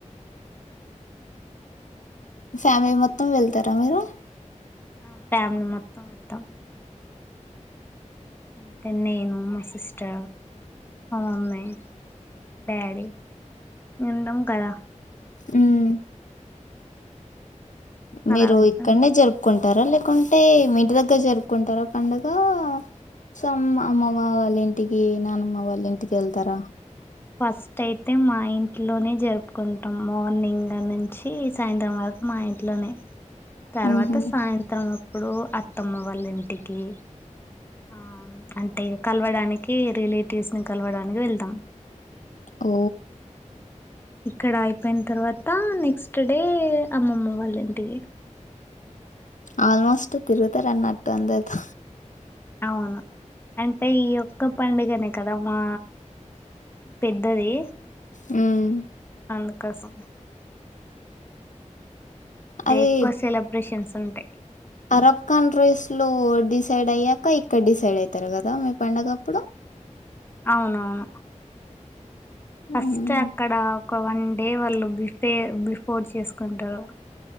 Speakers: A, on the left; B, on the left.
A: ఫ్యామిలీ మొత్తం వెళ్తార మీరు
B: ఆ ఫ్యామిలీ మొత్తం వెళ్తాం అంతే నేను మా సిస్టర్ మ మమ్మీ డాడీ నిండం కద
A: ఉమ్
B: అలా
A: మీరు
B: వెళ్తాం
A: ఇక్కడ్నే జరుపుకుం ఉంటార లేకుంటే మీ ఇంటి దగ్గర జరుపుకుంటారా పండగా సో అమ్ అమ్మమ్మ వాళ్ళ ఇంటికి నాయనమ్మ వాళ్ళ ఇంటికి వెళ్తారా
B: ఫస్ట్ అయితే మా ఇంట్లోనే జరుపుకుంటాం మార్నింగ్ నుంచి సాయంత్రం వరకు మా ఇట్లోనే తర్వాత
A: హుహు.
B: సాయంత్రం అప్పుడు అత్తమ్మ వాళ్ళ ఇంటికి ఆ అంటే ఇక కలవడానికి రిలేటివ్స్ ని కలవడానికి వెళ్దాం
A: ఓ
B: ఇక్కడ అయిపోయిన తర్వాత నెక్స్ట్ డే అమ్మమ్మ వాళ్ళ ఇంటికి
A: ఆల్మోస్ట్ తిరుగుతరు అన్నట్టు అందరితో
B: అవును అంటే ఈ ఒక్క పండుగనే కదా మా పెద్దది
A: మ్మ్
B: అందుకోసం ఇంకా
A: అది
B: ఎక్కువ సెలబ్రేషన్స్ ఉంటాయి
A: అరబ్ కంట్రీస్ లో డిసైడ్ అయ్యాక ఇక్కడ డిసైడ్ అయితారు కదా మీ పండగప్పుడు
B: అవునవును
A: హ్మ్.
B: ఫస్ట్ అక్కడ ఒక వన్ డే వాళ్ళు బిఫే బిఫోర్ చేసుకుంటారు